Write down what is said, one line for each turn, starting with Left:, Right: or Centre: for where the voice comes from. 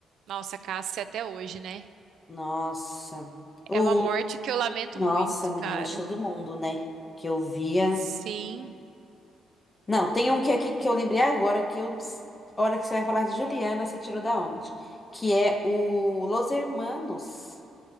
Right: Nossa, Cássia até hoje, né?
Left: Nossa. O,
Right: É uma morte que eu lamento
Left: nossa,
Right: muito,
Left: menina,
Right: cara.
Left: acho que todo mundo, né? Que eu via.
Right: Sim.
Left: Não, tem um que aqui que eu lembrei agora, que eu. A hora que você vai falar, de Juliana, você tirou da onde? Que é o Los Hermanos.